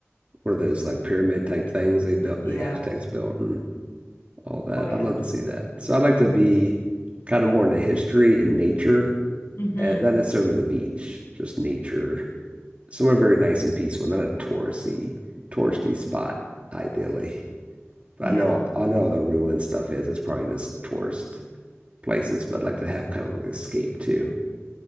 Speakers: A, on the right; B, on the left.
A: what are those like pyramid type things they built
B: Yeah.
A: the Aztecs built and all that.
B: Oh yeah.
A: I'd love to see that. So I'd like to be kind of more into history and nature,
B: Mm-hmm.
A: and not necessarily the beach, just nature, somewhere very nice and peaceful, not a touristy, touristy spot, ideally. But
B: Yeah.
A: I know I know all the ruin stuff is. It's probably just tourist places, but I'd like to have kind of like an escape too.